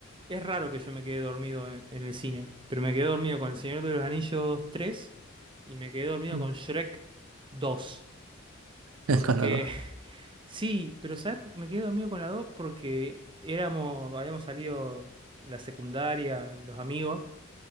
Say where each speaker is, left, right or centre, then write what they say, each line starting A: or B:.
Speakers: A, on the right; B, on the right.
A: Es raro que yo me quede dormido en, en el cine, pero me quedé dormido con El Señor de los Anillos 3 y me quedé dormido
B: Mm.
A: con Shrek dos Porque,
B: <laughs> Con la dos
A: <laughs> sí, pero ¿sabes? Me quedé dormido con la 2 porque éramos, habíamos salido la secundaria, los amigos,